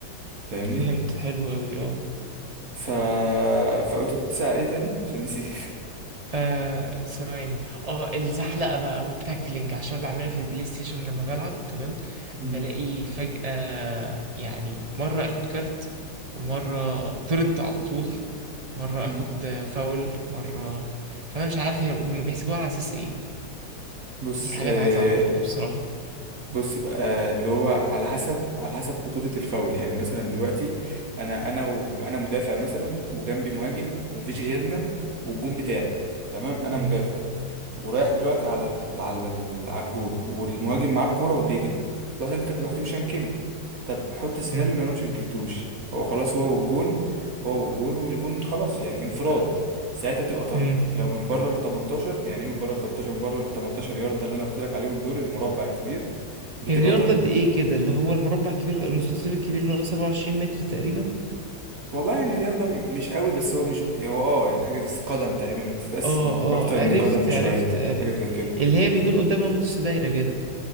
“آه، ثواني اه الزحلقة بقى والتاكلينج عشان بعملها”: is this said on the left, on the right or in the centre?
Right